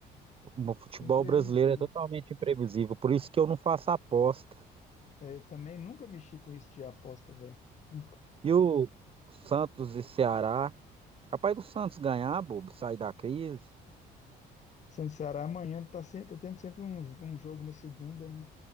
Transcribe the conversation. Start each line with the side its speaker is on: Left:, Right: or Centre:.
Right: o futebol
Left: É imprevisível.
Right: brasileiro é totalmente imprevisível, por isso que eu não faço aposta.
Left: É, eu também nunca mexi com isso de aposta, velho. Nunca.
Right: E o Santos e Ceará, capaz do Santos ganhar, bobo, sair da crise.
Left: Santos e Ceará amanhã tá, se- tá tendo sempre um, um jogo na segunda, né?